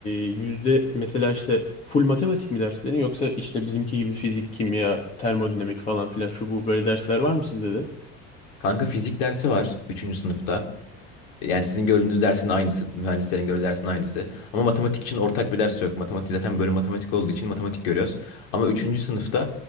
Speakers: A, on the left; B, on the left.
A: yüzde mesela işte full matematik mi derslerin yoksa işte bizimki gibi fizik, kimya, termodinamik falan filan şu bu böyle dersler var mı sizde de?
B: Kanka fizik dersi var üçüncü sınıfta. Yani sizin gördüğünüz dersin aynısı, mühendislerin gördüğü dersin aynısı. Ama matematik için ortak bir ders yok. Matematik zaten bölüm matematik olduğu için matematik görüyoruz. Ama üçüncü sınıfta